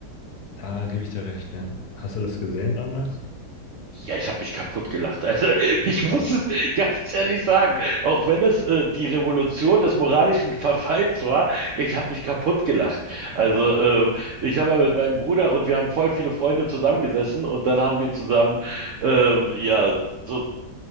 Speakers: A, on the left; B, on the right.
A: Da gebe ich dir recht, ja. Hast du das gesehen damals?
B: Ja, ich habe mich kaputt gelacht. Also <laughs> ich
A: Ich auch.
B: muss es ganz ehrlich sagen, auch wenn es äh, die Revolution des moralischen Verfalls war, ich habe mich kaputt gelacht. Also ähm, ich habe mal mit meinem Bruder und wir haben voll viele Freunde zusammengesessen und dann haben wir zusammen ähm, ja so